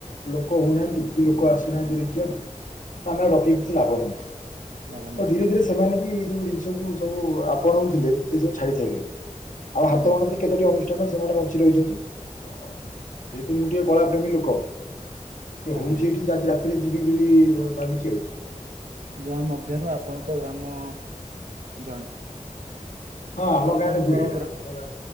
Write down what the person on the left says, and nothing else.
ଲୋକ ହଉନାହାନ୍ତି କି ଲୋକ ଆସୁନାହାନ୍ତି ଦେଖିବାକୁ ଆମେ ଡକେଇ କିଛି ଲାଭ ନାହିଁ।
ତ ଧୀରେ ଧୀରେ ସେମାନେ ବି ଏଇ ଯୋଉ ଜିନିଷକୁୁ ସବୁ ଆପଣାଉଥିଲେ ସେ ସବୁ ଛାଡି ସାଇଲେଣି। ଆଉ ହାତ
ଗଣନ୍ତି କେତୋଟି ଅନୁଷ୍ଠାନ ସେମାନେ ବଞ୍ଚି ରହିବନ୍ତି ତ। ଯେହେତୁ ମୁଁ ଟିକେ କଳା ପ୍ର୍ରେମୀ ଲୋକ ଟିକେ ଦ୍ବୋଉଚି
ଆଜି ରାତି ରେ ଯିବି ବୋଲି ଭାବିଛି ଆଉ।
ହଁ ଆମ
ଗାଁରେ ହୁଏ, ଏଟା
ଆମ ଗାଁ।